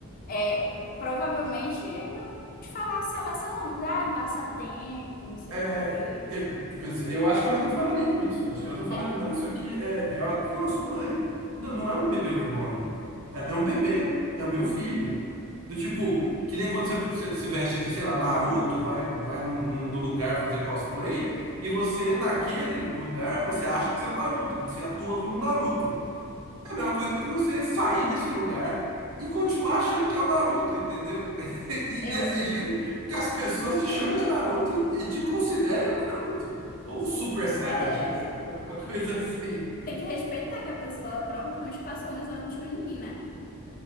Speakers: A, on the left; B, on the right.
A: É, provavelmente de falar a seleção, ah, é um passatempo, não sei
B: É,
A: o
B: é,
A: quê.
B: eu, eu pensei- eu acho que elas não falariam isso. Acho que elas não falariam.
A: É,
B: Não, isso aqui é. é- ela- não, eu sou mãe. Não, não é um bebê reborn. É, é um bebê. É o meu filho. Do tipo, que nem quando você, você se veste de, sei lá, Naruto, vai, vai num, num- num lugar fazer cosplay, e você, naquele lugar, você acha que você é o Naruto, e você atua como Naruto. É a mesma coisa que você sair desse lugar e continuar achando que é o Naruto, entendeu? <laughs> E,
A: eu,
B: e exigindo
A: é,
B: que as pessoas te chamem
A: aham,
B: de Naruto e, e te considerem o Naruto. Ou um Super Saiyajin,
A: é, é
B: sei
A: que eu
B: lá, alguma coisa assim.
A: tenho que respeitar que a pessoa provavelmente passou no exame de Chunin, né?